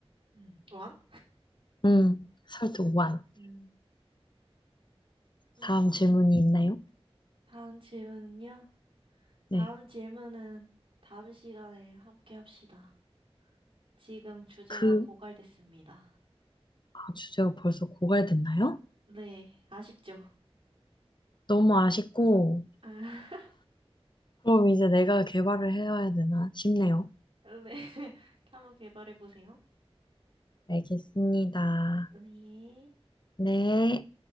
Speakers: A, on the right; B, on the left.
A: 음, 완?
B: 응, 설득 원.
A: 음, 아무튼,
B: 다음 질문이 있나요?
A: 다음 질문은요?
B: 네.
A: 다음 질문은 다음 시간에 함께 합시다. 지금 주제가
B: 그,
A: 고갈됐습니다.
B: 아, 주제가 벌써 고갈됐나요?
A: 네, 아쉽죠?
B: 너무 아쉽고,
A: 아.
B: 그럼 이제 내가 개발을 해야 되나 싶네요.
A: 네. <laughs> 한번 개발해 보세요.
B: 알겠습니다.
A: 네.
B: 네.